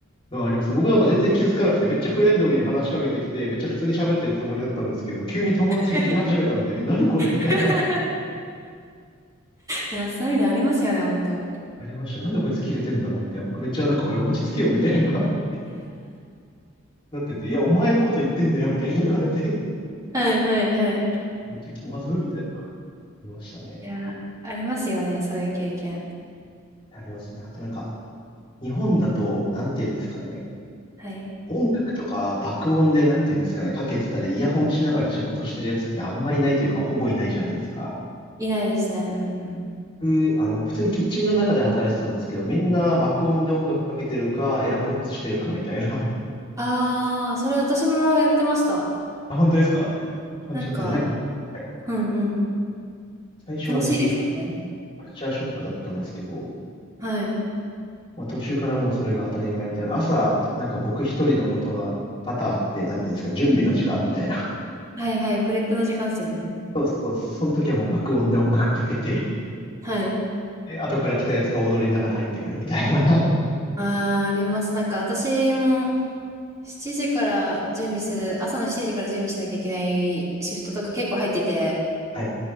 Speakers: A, on the left (about 25°); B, on the right (about 15°).
A: のはあります。僕なんか全然気づかなくて、めっちゃフレンドリーに話しかけてきて、めっちゃ普通に喋ってるつもりだったんですけど、急に友達切れ始めたんで、
B: はい
A: え何これみたいな。
B: <laughs> いや、そういうのありますよね、ほんと。
A: ありましたね。なんでこいつ切れてんだろうみたいな。僕めっちゃなんか、おい落ち着けよみたいな <laughs> なってて、いや、お前のこと言ってんだよみたいに言われて、
B: はいはいはい。
A: めっちゃ気まずみたいな。ありましたね。
B: いや、ありますよね、そういう経験。
A: ありますね。あとなんか、日本だと、なんていうんですかね。
B: はい。
A: 音楽とか爆音でなんていうんですかね、かけてたり、イヤホンしながら仕事してるやつってあんまいないというか、ほぼいないじゃないですか。
B: いないですね。うんうん。
A: 僕、あの、普通にキッチンの中で働いてたんですけど、みんな爆音で音楽かけてるか、AirPods してるかみたいな。<laughs>
B: ああ、それ私もやってました。
A: あ、本当ですか感じだったら、
B: なんか、
A: なんか、はい
B: うんうん。
A: 最初はめっちゃ、
B: 楽しいですよね。
A: カルチャーショックだったんですけど、
B: はい。
A: まあ、途中からもうそれが当たり前みたいな、朝、なんか僕一人のことが多々あって、なんていうんですか、準備の時間みたいな。
B: はいはい。プレップの時間ですよね。
A: <laughs> そう、その時はもう爆音で音楽かけて、
B: はい。
A: で、後から来たやつが踊りながら入ってくるみたいな。<laughs>
B: ああ、あります。なんか私も、7時から準備する、朝の7時から準備しなきゃいけないシフトとか結構入ってて、
A: はい。